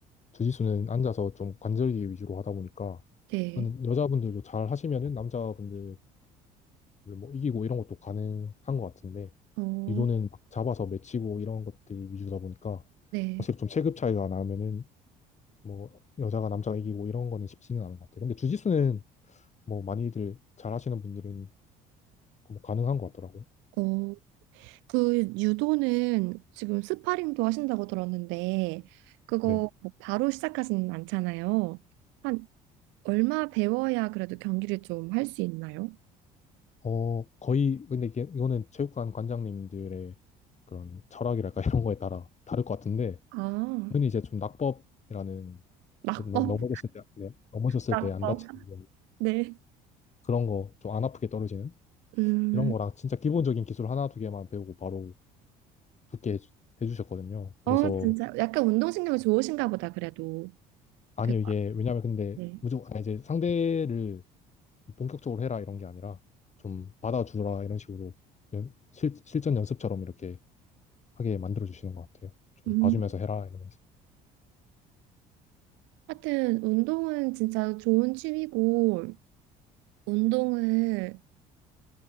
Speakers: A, on the left; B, on the right.
A: 주짓수는 앉아서 좀 관절기 위주로 하다 보니까,
B: 네.
A: 근데 여자분들도 잘 하시면은 남자분들을 뭐 이기고 이런 것도 가능한 것 같은데,
B: 어,
A: 유도는 막 잡아서 맺히고 이런 것들 위주다 보니까,
B: 네.
A: 확실히 좀 체급 차이가 나면은 뭐 여자가 남자가 이기고 이런 거는 쉽지는 않은 것 같아요. 근데 주짓수는 뭐 많이들 잘 하시는 분들은 뭐 가능한 것 같더라고요.
B: 어. 그 유도는 지금 스파링도 하신다고 들었는데 그거
A: 네.
B: 뭐 바로 시작하지는 않잖아요. 한 얼마 배워야 그래도 경기를 좀 할 수 있나요?
A: 어, 거의 근데 이게 이거는 체육관 관장님들의 그런 철학이랄까 <laughs> 이런 거에 따라 다를 것 같은데
B: 아,
A: 저는 이제 좀 낙법이라는
B: 낙법,
A: 그 넘- 넘어졌을 때, 네, 넘어졌을
B: 낙법.
A: 때 안 다치는
B: 네.
A: 그런 거 좀 안 아프게 떨어지는
B: 음,
A: 이런 거랑 진짜 기본적인 기술 하나 두 개만 배우고 바로 붙게 해주- 해주셨거든요. 그래서
B: 어, 진짜 약간 운동신경이 좋으신가 보다 그래도.
A: 아니요
B: 그,
A: 이게 왜냐면 근데
B: 네.
A: 무조건 아, 이제 상대를 본격적으로 해라 이런 게 아니라 좀 받아주라 이런 식으로 연- 실, 실전 연습처럼 이렇게 하게 만들어 주시는 것 같아요. 좀
B: 음,
A: 봐주면서 해라 이러면서.
B: 하여튼 운동은 진짜 좋은 취미고 운동을